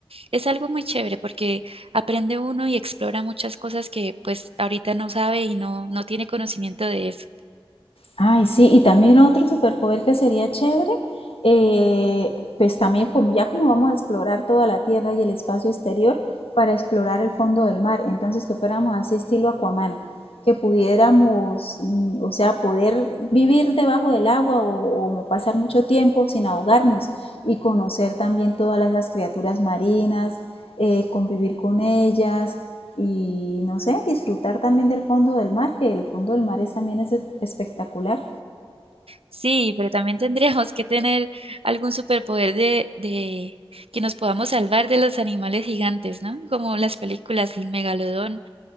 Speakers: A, on the right (about 85°); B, on the left (about 80°).
A: Es algo muy chévere porque aprende uno y explora muchas cosas que pues ahorita no sabe y no, no tiene conocimiento de eso.
B: Ay, sí, y también otro superpoder que sería chévere, eh, pues también como ya como vamos a explorar toda la tierra y el espacio exterior para explorar el fondo del mar, entonces que fuéramos así estilo Aquaman, que pudiéramos, mm, o sea, poder vivir debajo del agua o, o pasar mucho tiempo sin ahogarnos y conocer también todas esas criaturas marinas, eh, convivir con ellas y no sé, disfrutar también del fondo del mar, que el fondo del mar es, también es espectacular.
A: Sí, pero también tendríamos que tener algún superpoder de, de que nos podamos salvar de los animales gigantes, ¿no? Como las películas, el megalodón